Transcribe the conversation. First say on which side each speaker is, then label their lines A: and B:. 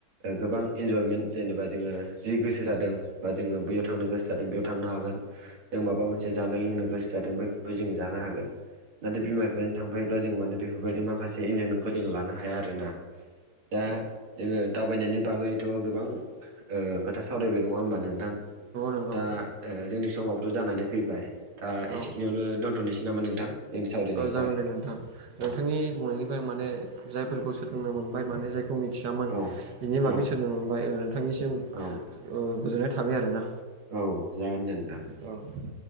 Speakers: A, on the right; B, on the right.
A: गोबां इन्जयमेन्ट जेनेबा जोङो जि गोसो जादों बा जोङो बैयाव थांनो गोसो जादों बेयाव थांनो हागोन। जों माबा मोनसे जानो लोंनो गोसो जादों बेखौबो जों जानो हागोन। नाथाय बिमा बिफाजों थांफायोब्ला जों माने बेफोरबायदि माखासे इन्जयमेन्टखौ जों लानो हाया आरो ना दा जोङो दावबायनायनि बागैथ' गोबां खोथा सावरायबाय नङा होमबा नोंथां
B: नंगौ
A: दा जोंनि समावथ' जानानै फैबाय दा
B: औ
A: एसेखिनियावनो दोन्थ'नोसै नामा नोंथां जोंनि सावरायनायखौहाय
B: औ जागोन दे नोंथां नोंथांनि
A: औ
B: बुंनायनिफ्राय माने जायफोरखौ सोलोंनो मोनबाय माने जायखौ मि थियामोन
A: औ
B: बिनि बागै
A: औ
B: सोलोंबाय नोंथांनिसिम
A: औ
B: ओ गोजोननाय थाबाय आरोना
A: औ जागोन दे नोंथां।
B: अ